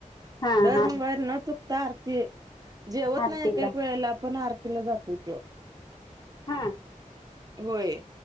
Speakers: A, on the left; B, on the right.
A: हा
B: दर
A: हा
B: मंगळवारी न चुकत आरती. जेवत
A: आरतीला
B: नाही एक एक वेळेला पण आरतीला जातोय तो.
A: हा.
B: होय.